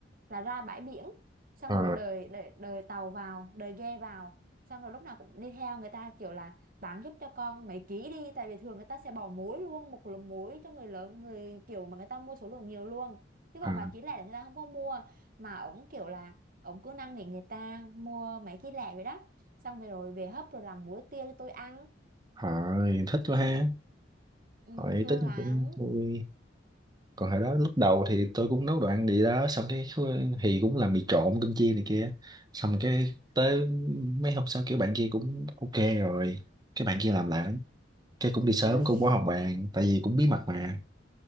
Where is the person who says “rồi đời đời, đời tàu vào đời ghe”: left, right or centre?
Right